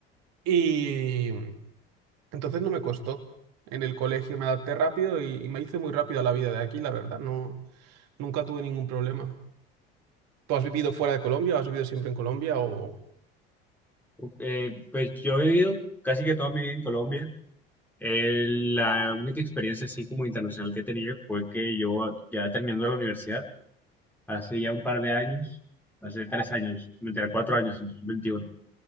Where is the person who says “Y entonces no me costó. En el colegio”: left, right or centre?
Right